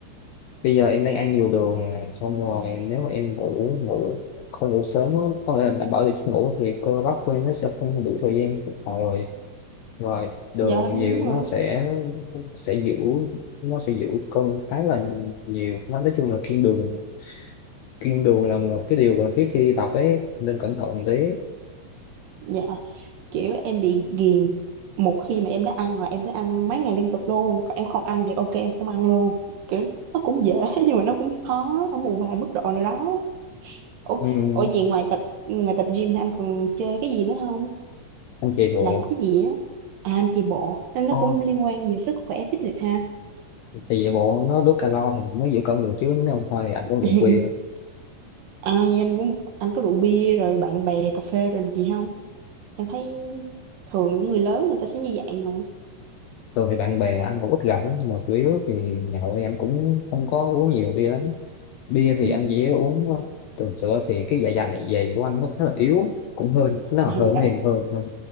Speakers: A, on the left; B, on the right.
A: bây giờ em đang ăn nhiều đường nè, xong rồi nếu mà em ngủ ngủ không ngủ sớm á, có nghĩa là đảm bảo được giấc ngủ thì cơ bắp của em nó sẽ không đủ thời gian phục hồi rồi đường
B: Dạ đúng
A: nhiều nó
B: rồi.
A: sẽ sẽ giữ nó sẽ giữ cân khá là nhiều nó nói chung là kiêng đường kiêng đường là một cái điều cần thiết khi tập ấy nên cẩn thận một tí
B: Dạ kiểu em bị ghiền. Một khi mà em đã ăn là em sẽ ăn mấy ngày liên tục luôn. Còn Em không ăn thì ok em không ăn luôn. Kiểu nó cũng dễ <laughs> nhưng mà nó cũng khó ở một vài mức độ nào đó. Ủa,
A: ừ.
B: ủa gì ngoài tập ngoài tập gym thì anh còn chơi cái gì nữa không?
A: anh chạy bộ
B: Làm cái gì á? À, anh chạy bộ nên
A: Ồ,
B: nó cũng liên quan về sức khỏe fitness ha.
A: thì chạy bộ nó đốt calo thì mình mới giữ cân được chứ nếu không thôi thì anh
B: <laughs>
A: cũng đường bia
B: Ai anh cũng anh có rượu bia rồi bạn bè cà phê rồi là gì không? Em thấy thường những người lớn người ta sẽ như vậy mà.
A: thường thì bạn bè anh cũng ít gặp lắm mà chủ yếu thì nhậu thì anh cũng không có uống nhiều bia lắm bia thì
B: Ừ.
A: anh dễ uống lắm. thường sữa thì cái dạ dày này dày của anh nó khá là yếu cũng hơi nó
B: À,
A: là hơi
B: dạ
A: này hơi hơi